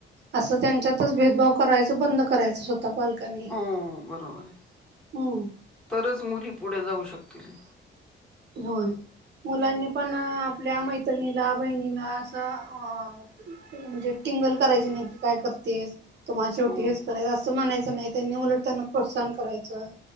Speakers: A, on the right; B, in the centre.
A: असं त्यांच्यातच भेदभाव करायचं बंद करायचं पालकांनी
B: हो बरोबर आहे
A: हम्म
B: तरच मुली पुढे जाऊ शकतील
A: होय मुलांनी
B: हम्म,
A: पणअप ल्या मैत्रणीला बहिणीला असं अ म्हणजे टिंगल करायची नाही की काय करतेस तुम्हाला शेवटी
B: हो
A: हेच करायचं असं म्हणायचं नाही त्यांनी उलट त्यांना प्रोत्साहन करायचं